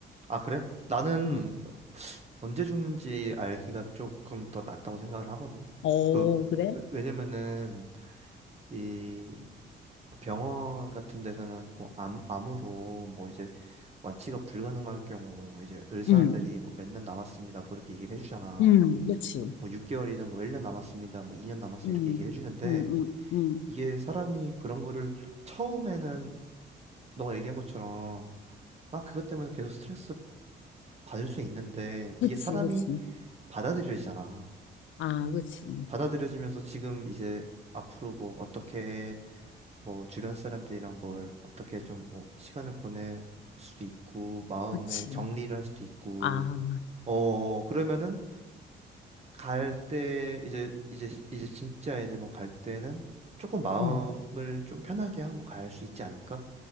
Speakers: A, on the right; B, on the left.
A: 아, 그래? 나는
B: 응.
A: 언제 죽는지 알기가 조금 더 낫다고 생각을 하거든.
B: 어,
A: 그,
B: 그래?
A: 왜- 왜냐면은, 이 병원 같은 데서는 뭐 암, 암으로 뭐 이제 완치가 불가능할 경우 이제 의사들이
B: 응,
A: 뭐 몇 년 남았습니다. 뭐 이렇게 얘기를 해주잖아.
B: 응, 그렇지.
A: 뭐, 뭐 6개월이든 뭐 1년 남았습니다. 뭐 2년 남았습니다.
B: 응,
A: 이렇게 얘기를 해주는데
B: 응, 응, 응.
A: 이게 사람이 그런 거를 처음에는 너가 얘기한 것처럼 막 그것 때문에 계속 스트레스 받을 수 있는데
B: 그치,
A: 이게 사람이
B: 그치.
A: 받아들여지잖아.
B: 아, 그치.
A: 받아들여지면서 지금 이제 앞으로 뭐 어떻게 뭐 주변 사람들이랑 뭘 어떻게 좀 뭐 시간을 보낼 수도 있고 마음의
B: 그치.
A: 정리를 할 수도 있고
B: 아,
A: 어 그러면은 갈 때 이제 이제 이제 진짜 이제 뭐 갈 때는 조금 마음을
B: 응.
A: 좀 편하게 하고 갈 수 있지 않을까?